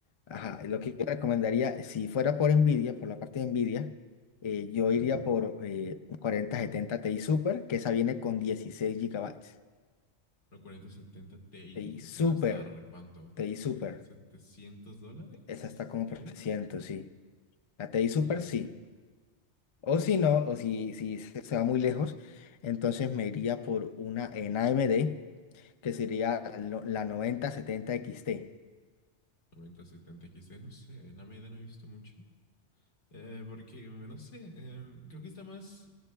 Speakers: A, on the left; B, on the left.
A: Ajá, y lo que yo recomendaría, si fuera por Nvidia, por la parte de Nvidia, eh, yo iría
B: Ajá.
A: por eh, un 4070 Ti Super, que esa viene con dieciséis gigabytes
B: Una cuarenta setenta Ti,
A: Ti
B: eso
A: Super,
B: va a estar, ¿cuánto?
A: Ti
B: Eh,
A: Super,
B: 700 dólares,
A: esa está como
B: creo.
A: por ciento sí. La T I Super
B: Oye, esta
A: sí.
B: carita.
A: O si no, o si, si se se va muy lejos, entonces me iría por una en A M D que sería la la noventa setenta X T
B: noventa setenta x XD, no sé, en AMD no he visto mucho. Eh, porque, no sé, eh, creo que está más